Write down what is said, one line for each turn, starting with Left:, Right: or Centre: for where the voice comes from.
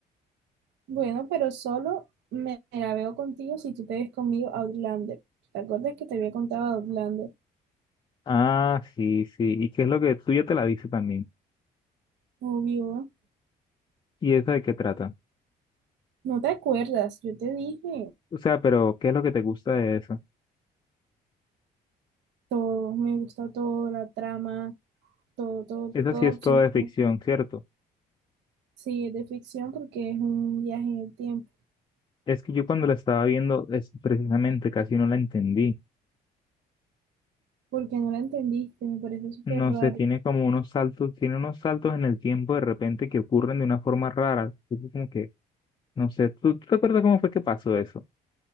Right: Bueno, pero solo me me la veo contigo si tú te ves conmigo a Outlander. ¿Te acuerdas que te había contado de Outlander?
Left: Ah, sí, sí. ¿Y qué es lo que tú ya te la viste también?
Right: Obvio.
Left: ¿Y esa de qué trata?
Right: No te acuerdas, yo te dije
Left: O sea, pero ¿qué es lo que te gusta de esa?
Right: todo, me gusta todo, la trama, todo, todo,
Left: Esa
Right: todo,
Left: sí es
Right: absolutamente.
Left: toda de ficción, ¿cierto?
Right: Sí, es de ficción porque es un viaje en el tiempo.
Left: Es que yo cuando la estaba viendo, es precisamente casi no la entendí.
Right: Porque no la entendiste, me parece súper
Left: No
Right: raro.
Left: sé, tiene como unos saltos, tiene unos saltos en el tiempo de repente que ocurren de una forma rara. Es Como que, no sé, ¿tú, tú te acuerdas cómo fue que pasó eso?